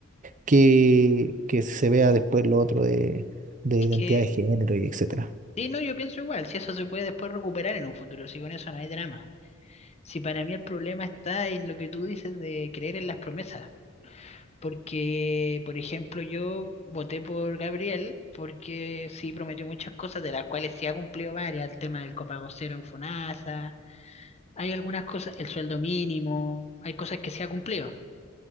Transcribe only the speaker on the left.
Es
que,
sí, no, yo pienso igual, si eso se puede después recuperar en un futuro, si con eso no hay drama. Si para mí el problema está en lo que tú dices de creer en las promesas. porque, por ejemplo, yo voté por Gabriel porque sí prometió muchas cosas, de las cuales sí ha cumplido varias, el tema del copago cero en Fonasa hay algunas cosas, el sueldo mínimo, hay cosas que sí ha cumplido,